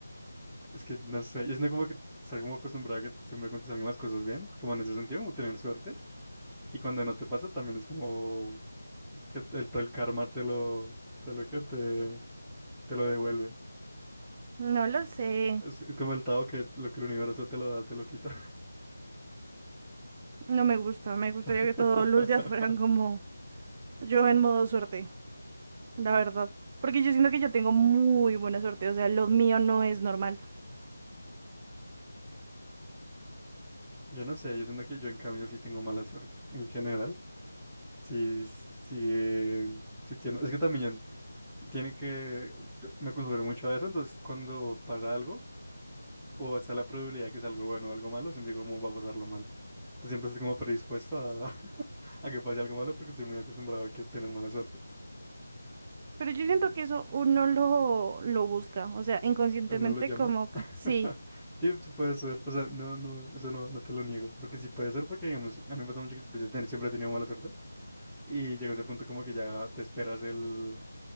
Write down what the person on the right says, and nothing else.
No lo sé,
no me gusta, me gustaría
que todos los días fueran como yo en modo suerte, la verdad. Porque yo siento que yo tengo muy buena suerte, o sea, lo mío no es normal.
Pero yo siento que eso uno lo, lo busca, o sea, inconscientemente
como que
sí,